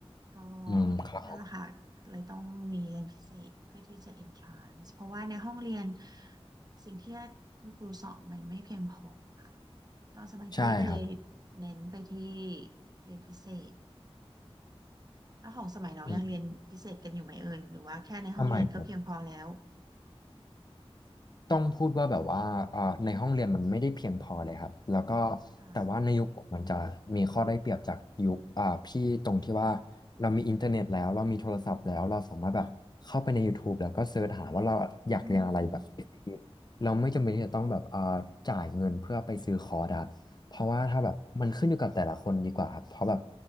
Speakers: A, on the right (about 40°); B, on the left (about 40°).
A: ก็
B: อืมครับผม
A: นั่นแหละค่ะเลยต้องมีเรียนพิเศษเพื่อที่จะ entrance เพราะว่าในห้องเรียนสิ่งที่คุณครูสอนมันไม่เพียงพอค่ะตอนสมัยพี่ก็เลย
B: ใช่ครับ
A: เน้นไปที่เรียนพิเศษแล้วของสมัยน้องยังเรียนพิเศษกันอยู่ไหมเอ่ยหรือว่าแค่ในห้องเรียนก็เพียงพอแล้ว
B: อืมสมัยผม ต้องพูดว่าแบบว่าเอ่อในห้องเรียนมันไม่ได้เพียงพอเลยครับแล้วก็
A: ค่ะ
B: แต่ว่าในยุคผมมันจะมีข้อได้เปรียบจากยุคอ่าพี่ตรงที่ว่าเรามีอินเทอร์เน็ตแล้วเรามีโทรศัพท์แล้วเราสามารถแบบเข้าไปใน YouTube แล้วก็เสิร์ชหาว่าเราอยากเรียนอะไรแบบ
A: อืม
B: เราไม่จำเป็นที่จะต้องแบบเอ่อจ่ายเงินเพื่อไปซื้อคอร์สอะเพราะว่าถ้าแบบมันขึ้นอยู่กับแต่ละคนดีกว่าครับเพราะแบบ